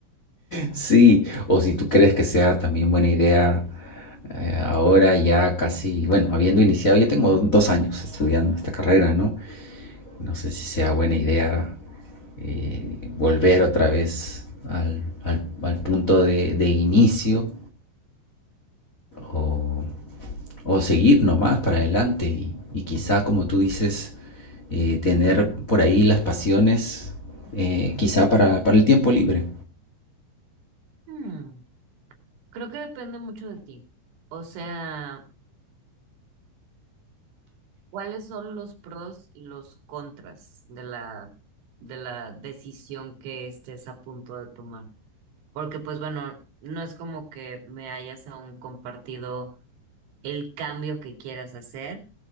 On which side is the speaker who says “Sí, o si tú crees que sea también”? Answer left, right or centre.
Left